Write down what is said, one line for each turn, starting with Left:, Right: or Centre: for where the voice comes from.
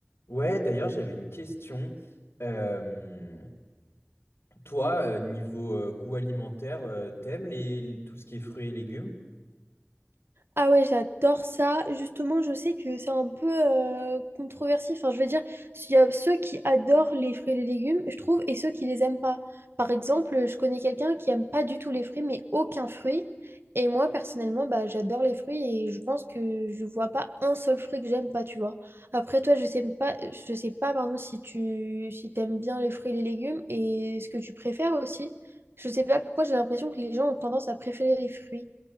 Left: Ouais, d'ailleurs, j'avais une question. Euh, toi, euh, niveau euh, goût alimentaire, euh, t'aimes les, l- tout ce qui est fruits et légumes?
Right: Ah ouais, j'adore ça. Justement, je sais que c'est un peu euh, controversé. Enfin, je veux dire, il y a ceux qui adorent les fruits et les légumes, je trouve, et ceux qui les aiment pas. Par exemple, je connais quelqu'un qui aime pas du tout les fruits, mais aucun fruit. Et moi, personnellement, bah, j'adore les fruits et je pense que je vois pas un seul fruit que j'aime pas, tu vois. Après, toi, je sais pas, je sais pas, pardon, si tu si t'aimes bien les fruits et les légumes et ce que tu préfères aussi. Je sais pas pourquoi j'ai l'impression que les gens ont tendance à préférer les fruits.